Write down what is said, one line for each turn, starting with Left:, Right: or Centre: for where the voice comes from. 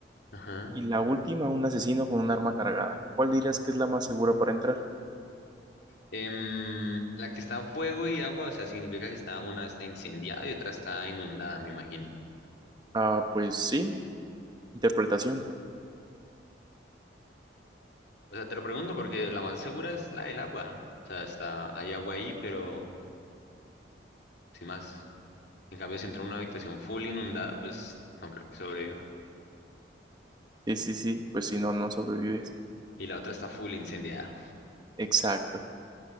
Left: ajá.
Right: y la última un asesino con un arma cargada. ¿Cuál dirías que es la más segura para entrar?
Left: Em, la que está en fuego y agua, o sea, significa que está, una está incendiada y otra está inundada, me imagino.
Right: Ah, pues sí, interpretación.
Left: O sea, te lo pregunto porque la más segura es la del agua. O sea, está, hay agua ahí, pero sin más. En cambio, si entra a una habitación full inundada, pues no creo que sobreviva.
Right: Sí, sí, sí, pues si no, no sobrevives.
Left: Y la otra está full incendiada.
Right: Exacto.